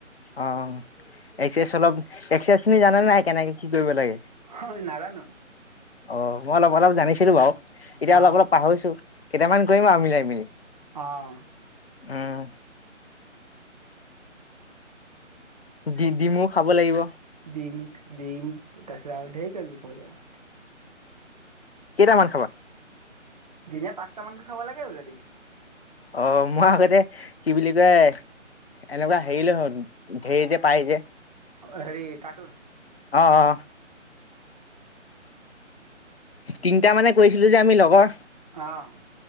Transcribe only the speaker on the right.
হয়, নাজানো।
অ
অ'।
ডিম ডিম তাৰপিছত আৰু ধেৰ কিবা কিবি খাব লাগিব।
দিনে পাঁচটামানকৈ খাব লাগে বোলে দিম।
অ', হেৰি কাৰ্টুন?
অ'।